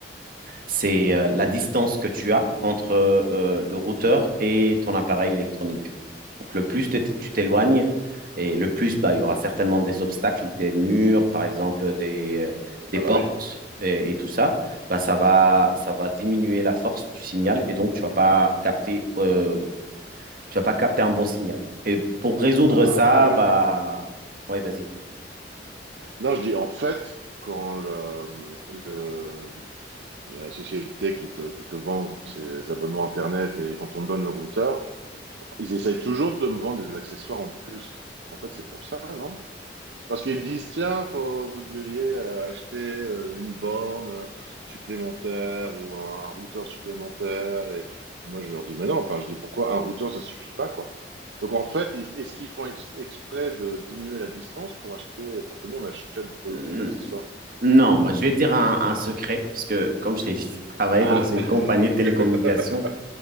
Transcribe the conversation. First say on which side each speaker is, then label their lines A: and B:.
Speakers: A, on the right; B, on the right.
A: c'est euh, la distance que tu as entre euh, le routeur et ton appareil électronique. Donc, le plus t- tu t'éloignes, et le plus, bah, il y aura certainement des obstacles, des murs, par exemple, des, euh, des
B: Ah
A: portes
B: bah oui.
A: et, et tout ça. Bah, ça va, ça va diminuer la force du signal et donc tu vas pas capter, euh, tu vas pas capter un bon signal. Et pour résoudre
B: Ah,
A: ça,
B: mais-
A: bah, ouais, vas-y.
B: non, je dis en fait, quand le, le, la société qui te, qui te vend ses abonnements Internet et quand on me donne le routeur, ils essayent toujours de me vendre des accessoires en plus. En fait, c'est pour ça, non? Parce qu'ils me disent, tiens, faut, vous devriez euh, acheter euh, une borne euh, supplémentaire ou un, un routeur supplémentaire. Et moi, je leur dis, mais non, enfin, je dis, pourquoi un routeur, ça suffit pas, quoi. Donc, en fait, ils- est-ce qu'ils font ex- exprès de diminuer la distance pour acheter, pour que nous, on achète d'autres
A: Mhm.
B: accessoires?
A: Non, bah, je vais te dire un, un secret, puisque comme je t'ai dit, j'ai travaillé
B: Ah,
A: dans une compagnie de télécommunications.
B: <laughs>